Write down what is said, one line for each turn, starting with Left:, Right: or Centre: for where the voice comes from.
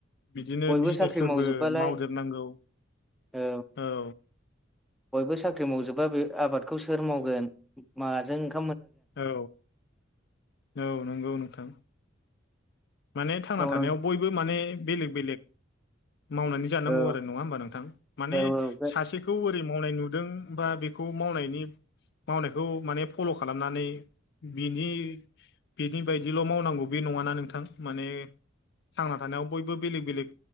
Left: बिदिनो
Centre: बयबो
Left: बिजनेसफोरबो
Centre: साख्रि मावजोबबालाय
Left: मावदेरनांगौ।
Centre: औ
Left: औ।
Centre: बयबो साख्रि मावजोबा बे आबादखौ सोर मावगोन माजों ओं
Left: औ औ नंगौ नोंथां। माने थांना
Centre: मावनां
Left: थानायाव बयबो माने बेलेग बेलेग मावनानै जानांगौ
Centre: औ
Left: आरो नङा होमबा नोंथां माने
Centre: औ औ
Left: सासेखौ जै मावनाय नुदों बा बेखौ मावनायनि मावनायखौ माने फल' खालामनानै बिनि बिनि बायदिल' मावनांगौ बे नङाना नोंथां माने थांना थानायाव बयबो बेलेग बेलेग